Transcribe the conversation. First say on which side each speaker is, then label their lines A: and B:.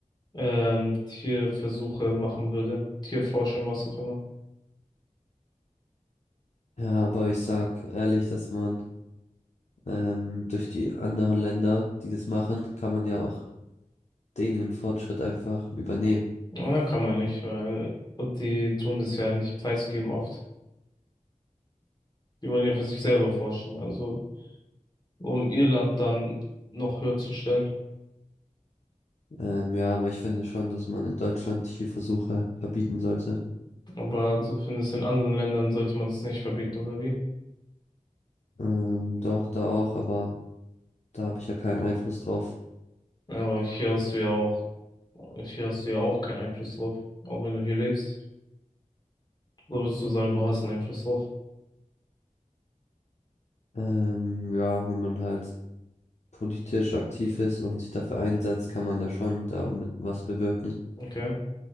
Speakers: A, on the left; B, on the left.
A: ähm, Tierversuche machen würde, Tierforschung, was auch immer.
B: Ja, aber ich sag ehrlich, dass man ähm, durch die anderen Länder, die das machen, kann man ja auch den ihren Fortschritt einfach übernehmen.
A: Ja, kann man nicht, weil und die tun das ja nicht preisgeben oft. Die wollen ja für sich selber forschen, also um ihr Land dann noch höher zu stellen.
B: Ähm, ja, aber ich finde schon, dass man in Deutschland Tierversuche verbieten sollte.
A: Aber du findest in anderen Ländern sollte man das nicht verbieten, oder wie?
B: Ähm, doch, da auch, aber da habe ich ja keinen Einfluss drauf.
A: Aber hier hast du ja auch, hier hast du ja auch keinen Einfluss drauf, auch wenn du hier lebst. Da würdest du sagen, du hast einen Einfluss drauf.
B: Ähm, ja, wenn man halt politisch aktiv ist und sich dafür einsetzt, kann man ja schon damit was bewirken.
A: Okay.